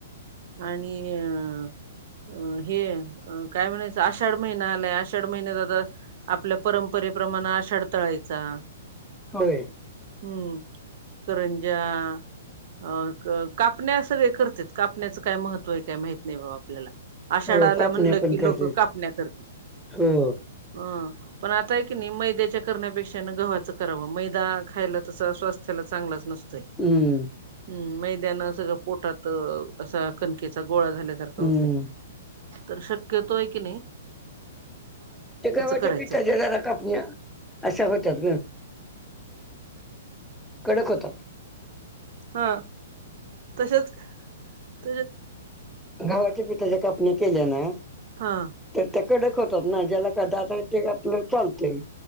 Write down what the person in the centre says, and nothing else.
होय.
हो कापण्या
पण
करते.
हो.
हम्म
हम्म
ते घवाच्या
पिठाच्या जरा कापण्या अशा होतात ग कडक होतात.
घवाचे पिटाच्या कापन्या केलया ना.
तर ते कडक होतात ना ज्याला काय दात य ते आपलं चालतय.